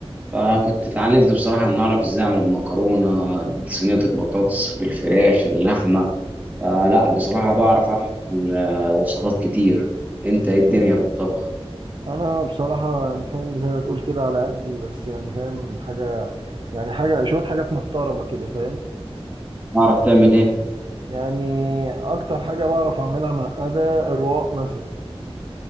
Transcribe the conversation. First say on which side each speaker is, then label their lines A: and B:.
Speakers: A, on the right; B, on the right.
A: فكنت اتعلمت بصراحة ان اعرف ازاي اعمل المكرونة صينية البطاطس بالفراخ اللحمة فلا
B: اه
A: بصراحة بعرف اعمل آه، وصفات كتير انت ايه الدنيا في الطبخ
B: انا بصراحة يعني فاهم زي ما تقول كده على قدي بس يعني فاهم حاجة يعني حاجة شوية حاجات محترمة كده فاهم؟
A: بعرف تعمل ايه
B: يعني اكتر حاجة بعرف اعملها معقدة الرقاق مثلا